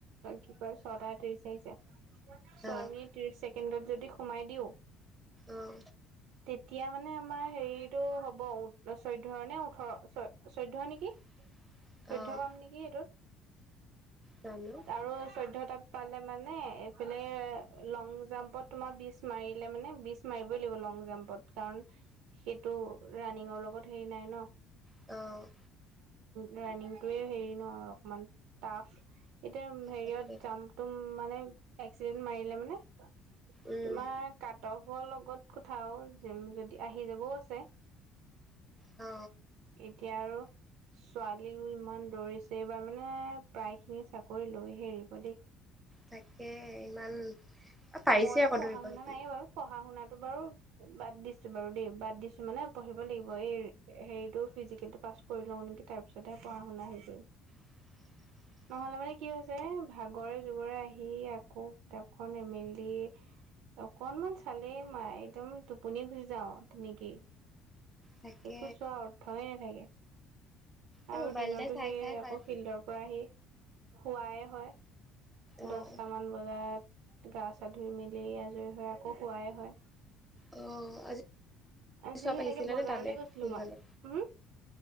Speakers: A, on the right (about 75°); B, in the centre.
A: কি কয় ছটা ত্ৰিশ আহিছে ছয়
B: অ',
A: মিনিট ত্ৰিশ ছেকেণ্ডত যদি সোমাই দিওঁ,
B: অঁ
A: তেতিয়া মানে আমাৰ হেৰিতটো হ'ব চৈধ্যয় নে ওঠৰ চ চৈধ্য নেকি?
B: <inaudible>
A: চৈধ্য
B: অ',
A: পাম নেকি এইটোত?
B: জানো
A: আৰু চৈধ্য তাত পালে মানে এইফালে লং জাম্পত তোমাৰ বিছ মাৰিলে মানে, বীছ মাৰিবই লাগিব লং জাম্প জাম্পত। কাৰণ সেইটো ৰাণিঙৰ লগত হেৰি নাই ন?
B: অঁ
A: ৰাণিংটোৱ হেৰি ন অকমান টাফ? এতিয়া হেৰিয়ত
B: তাকে
A: জাম্পটো মানে এক্সিডেন্ট মাৰিলে মানে
B: উম
A: তোমাৰ কাটফৰ লগত কথা অ' যদি আহি যাবও আছে।
B: অ
A: এতিয়া আৰু ছোৱালীও ইমান দৌৰিছে, এইবাৰ মানে প্ৰায় খিনি চাকৰি লৈ হে এৰিব দেই।
B: তাকে ইমান অ', পাৰিছে
A: মইতো
B: আকৌ
A: পঢ়া
B: ধৰিব
A: শুনা
B: সেইটো
A: নাইে বাৰু পঢ়া শুনাতটো বাৰু বাদ দিছো বাৰু দেই। বাদ দিছো মানে পঢ়িব লাগিব এই হেৰিতটো ফিজিকেলটো পাচ কৰি লওঁ নেকি? তাৰপিছতহে পঢ়া শুনা আহি কৰিম।
B: <inaudible>
A: নহলে মানে কি হৈছে ভাগৰে যুগৰে আহি আকৌ কিতাপখন মেলি অকনমান চালেই একদম টোপনি গুচি যাওঁ তেনেকেই।
B: তাকে
A: একো চোৱা অৰ্থয়ে নাথাকে।
B: এই
A: আৰু
B: মোবাইলতে
A: দিনতো
B: চাই
A: সেয়ে
B: চাই পাই
A: আকৌ, ফিল্ডৰ পৰা আহি শুৱাই হয়।
B: অ',
A: দহটামান বজাত গা -চা ধুই মেলি আজৰি হয়। আকৌ শুৱাই হয়।
B: অ আজি,
A: আজি
B: চব
A: সেনেকে
B: আহিছিলে
A: বজাৰলৈ
B: নে তালে
A: গৈছিলো
B: ফিল্ডলে
A: মই, উম